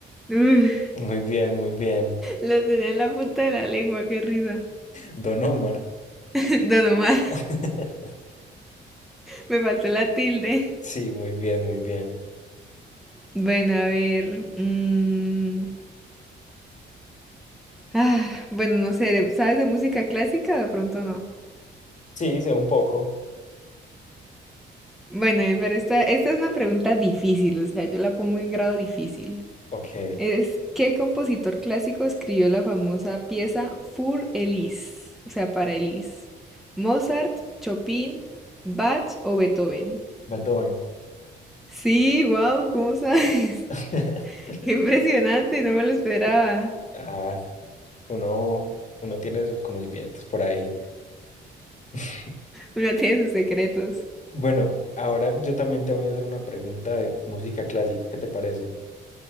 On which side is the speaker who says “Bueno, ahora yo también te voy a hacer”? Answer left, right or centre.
Left